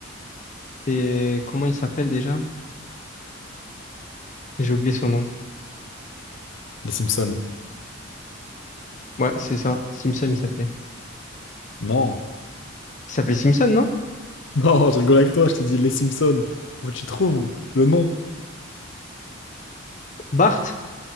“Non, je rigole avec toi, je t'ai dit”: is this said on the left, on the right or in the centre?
Left